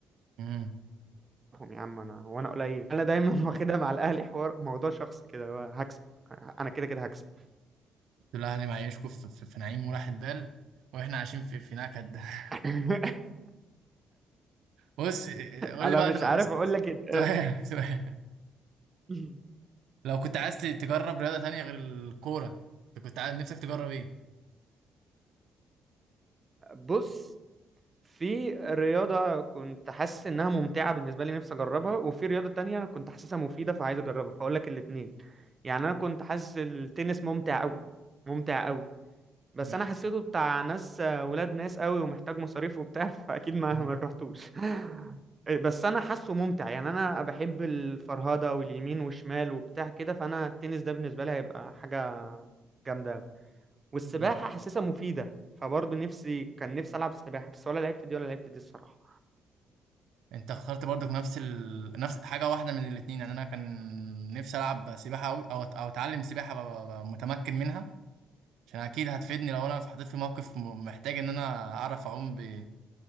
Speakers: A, on the right; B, on the right.
A: امم
B: بكسبهم يا عم انا وانا قليل انا دايما <laughs> واخدها مع الاهلي حوار موضوع شخصي كده هو هكسب انا كده كده هكسب
A: الاهلي معيشكم في, في, في نعيم وراحة دال واحنا عايشين في في نكد <laughs>
B: <laughs>
A: بص قول
B: انا
A: لي بقى
B: مش
A: تبقى
B: عارف اقول لك إيه.
A: سؤال <laughs> سؤال
B: <laughs>
A: لو كنت عايز تجرب رياضه تانية غير الكوره انت كنت عايز نفسك تجرب ايه
B: بص في رياضة كنت حاسس انها ممتعة بالنسبة لي نفسي اجربها وفي رياضة تانية كنت حاسسها مفيدة فعايز اجربها فاقول لك الاتنين يعني انا كنت حاسس التنس ممتع قوي ممتع قوي بس
A: امم
B: انا حسيته بتاع ناس آه، ولاد ناس قوي ومحتاج مصاريف وبتاع <laughs> فاكيد ما
A: مم.
B: ما رحتوش <laughs> بس انا حاسه ممتع يعني انا بحب الفرهده واليمين والشمال وبتاع كده فانا التنس ده بالنسبه لي هيبقى حاجه جامده أوي. والسباحه
A: مم.
B: حاسسها مفيده فبرضه نفسي كان نفسي العب سباحه بس ولا لعبت دي ولا لعبت دي الصراحه
A: انت اخترت برضك نفس ال... نفس حاجه واحده من الاثنين يعني انا كان نفسي العب سباحه قوي او أت- او اتعلم سباحه ابقى ابقى متمكن منها عشان اكيد هتفيدني لو انا اتحطيت في موقف م- محتاج ان انا اعرف اعوم ب...